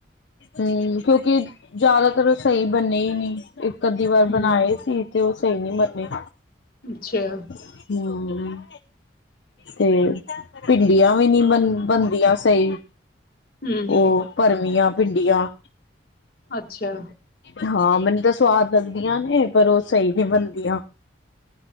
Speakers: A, on the left; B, on the left.
A: ਹਮ। ਕਿਉਂਕਿ ਜ਼ਿਆਦਾਤਰ ਉਹ ਸਹੀ ਬਣੇ ਨਹੀਂ। ਇੱਕ ਅੱਧੀ ਵਾਰ
B: ਹੂੰ
A: ਬਣਾਏ ਸੀ। ਤੇ ਉਹ ਸਹੀ ਨਹੀਂ ਬੰਨੇ।
B: ਅੱਛਾ।
A: ਹਾਂ। ਤੇ ਭਿੰਡੀਆਂ ਵੀ ਨੀ ਬਣ ਬਣਦੀਆਂ ਸਹੀ।
B: ਹੂੰ
A: ਓ
B: ਹੂੰ
A: ਭਰਵੀਆਂ ਭਿੰਡੀਆਂ।
B: ਅੱਛਾ।
A: ਹਾਂ। ਮੈਨੂੰ ਤੇ ਸਵਾਦ ਲੱਗਦੀਆਂ ਨੇ ਪਰ ਉਹ ਸਹੀ ਨਹੀਂ ਬਣਦੀਆਂ।